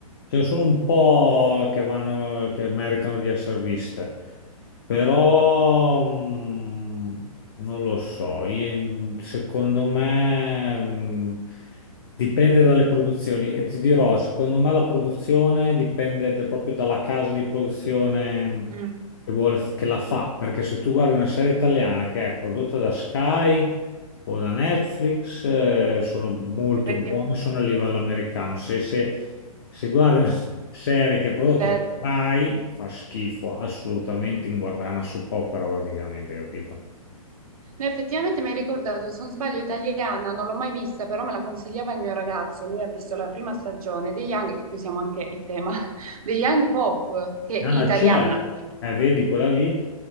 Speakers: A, on the left (about 40°); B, on the right (about 70°).
A: ce ne sono un po' che vanno, che meritano di essere viste, però mh, non lo so. Io- secondo me mh, dipende dalle produzioni e ti dirò, secondo me la produzione dipende da- proprio dalla casa di produzione
B: Mm,
A: che vuole, che la fa, perché se tu guardi una serie italiana che è prodotta da Sky o da Netflix, eh, sono molto
B: effettivamente,
A: buone, sono a livello americano. Se, se, se guardi una serie che è prodotta
B: vero.
A: da Rai, fa schifo, assolutamente inguardabile, una soap opera praticamente, capito?
B: No, effettivamente mi hai ricordato, se non sbaglio, italiana, non l'ho mai vista, però me la consigliava il mio ragazzo. Lui ha visto la prima stagione dei Young, che qui siamo anche in tema, <laughs> dei Young Pop, che è
A: Ah,
B: italiana.
A: certo.
B: Ah, credo.
A: Eh, vedi quella lì